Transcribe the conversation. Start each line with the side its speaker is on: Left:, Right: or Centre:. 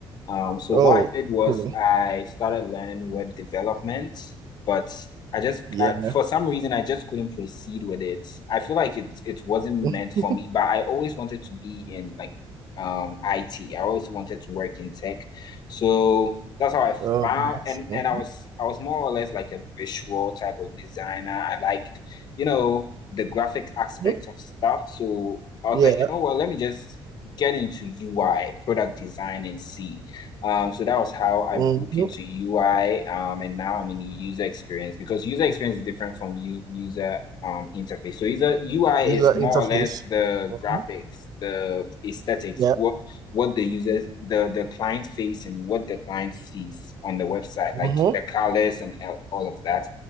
Left: Um, so
Right: Oh,
Left: what I did was
Right: cool.
Left: I started learning web development, but I just
Right: Yeah.
Left: I, for some reason I just couldn't proceed with it. I feel like it it wasn't
Right: <laughs>
Left: meant for me, but I always wanted to be in like um IT. I always wanted to work in tech. So that's how I
Right: Oh,
Left: found
Right: great.
Left: and
Right: Mhm.
Left: and I was I was more or less like a visual type of designer. I liked, you know, the graphic aspect
Right: Mhm.
Left: of stuff. So I was
Right: Yeah.
Left: like, you know what, let me just get into UI, product design and see. Um, so that was how
Right: Mhm.
Left: I broke into UI. Um, and now I'm in user experience because user experience is different from u user um, interface. So user UI
Right: User
Left: is more
Right: interface.
Left: or less the
Right: Mhm.
Left: graphics, the aesthetics,
Right: Yeah.
Left: what what the users, the the client face and what the client sees on the website,
Right: Mhm.
Left: like the colors and all all of that.